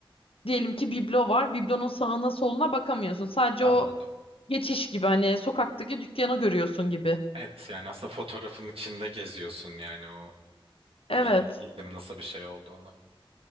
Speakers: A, on the left; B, on the right.
A: diyelim ki biblo var. Biblonun sağına soluna bakamıyorsun. Sadece
B: Anladım.
A: o geçiş gibi hani sokaktaki dükkanı görüyorsun gibi.
B: Evet yani aslında fotoğrafın içinde geziyorsun yani o
A: Evet.
B: bil- bildim nasıl bir şey olduğunu.